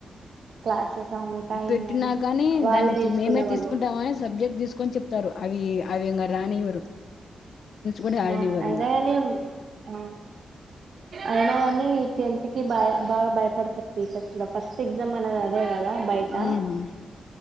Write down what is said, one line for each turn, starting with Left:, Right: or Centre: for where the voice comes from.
Right: క్లాసెస్ అవును టైం
Left: పెట్టినాకాని
Right: గాని వాళ్ళే
Left: దానికి
Right: తీసుకునే
Left: మేమే
Right: వాళ్ళు
Left: తీసుకుంటామని సబ్జెక్ట్ తీసుకొని చెప్తారు అవి ఇగ అవింగ రానివ్వరు
Right: స్మాల్
Left: కూడా ఆడనివ్వరు
Right: అయినాగానీ
Left: ఇంగ
Right: ఆ అయినాగాని తి టెన్త్ కి బ బాగా భయపడతారు టీచర్స్ కూడా ఫస్ట్ ఎగ్జామ్ అనేది అదే కదా. బయట
Left: మ్మ్